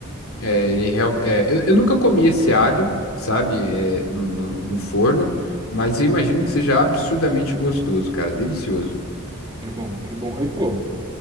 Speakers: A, on the left; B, on the right.
A: É, ele real, é, eu, eu nunca comi esse alho, sabe, é, no, no, no forno, mas eu imagino que seja absurdamente gostoso, cara, delicioso.
B: É bom, é bom. Aí, pô,